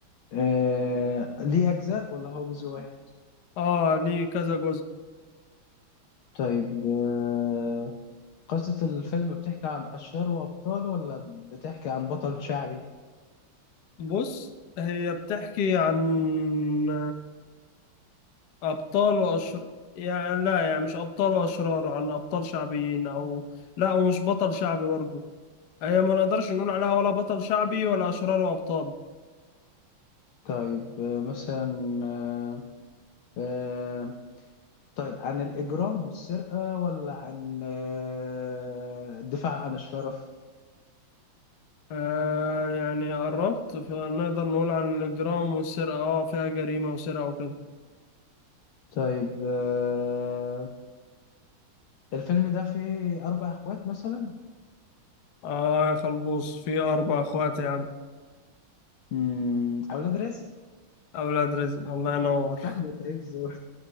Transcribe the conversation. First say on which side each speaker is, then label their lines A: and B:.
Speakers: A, on the left; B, on the left.
A: آه ليه أجزاء ولا هو جزء واحد؟
B: اه ليه كذا جزء
A: طيب آه قصة الفيلم بتحكي عن أشهره وأبطاله ولا بتحكي عن بطل شعبي؟
B: بص هي بتحكي عن أبطال وأشرار يعني لا يعني مش أبطال وأشرار عن أبطال شعبيين أو لا ومش بطل شعبي برضه هي ما نقدرش نقول عليها ولا بطل شعبي ولا أشرار وأبطال
A: طيب آه، مثلا آه، آه، طيب عن الإجرام والسرقة ولا عن آه، الدفاع عن الشرف
B: آه يعني قربت فنقدر نقول عن الإجرام والسرقة اه فيها جريمة وسرقة وكده
A: طيب آه، الفيلم ده فيه أربع أخوات مثلا
B: اه يا خلبوص في أربع أخوات يا عم
A: مم، أولاد رزق
B: أولاد رزق الله ينور
A: <laughs> أحمد عز و-